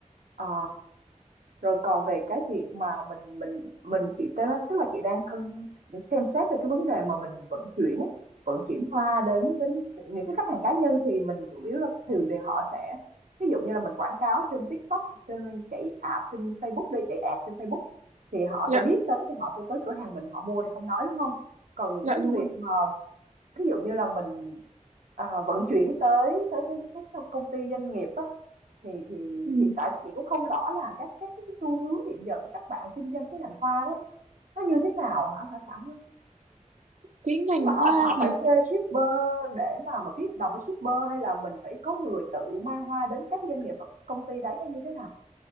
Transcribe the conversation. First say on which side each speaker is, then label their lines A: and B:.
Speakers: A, on the right; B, on the right.
A: Ờ, rồi còn về cái việc mà mình mình mình chị tức là tức là chị đang cân xem xét về cái vấn đề mà mình vận chuyển á, vận chuyển hoa đến đến những cái khách hàng cá nhân thì mình chủ yếu là thường thì họ sẽ ví dụ như là mình quảng cáo trên TikTok hoặc trên chạy app trên Facebook đi chạy app trên Facebook thì họ
B: dạ
A: sẽ biết tới thì họ sẽ tới cửa hàng mình họ mua thì không nói đúng không còn những
B: dạ
A: cái
B: đúng
A: việc
B: rồi
A: mà ví dụ như là mình à, vận chuyển tới tới cái, cái công ty doanh nghiệp á thì thì
B: ừ.
A: hiện tại chị cũng không rõ là các các cái xu hướng hiện giờ của các bạn kinh doanh cái ngành hoa đấy nó như thế nào hả hả Thảo
B: cái ngành
A: Tức là họ
B: hoa
A: họ
B: thì
A: phải thuê shipper để mà mà ký hợp đồng với shipper hay là mình phải có người tự mang hoa đến các doanh nghiệp hoặc công ty đấy hay như thế nào?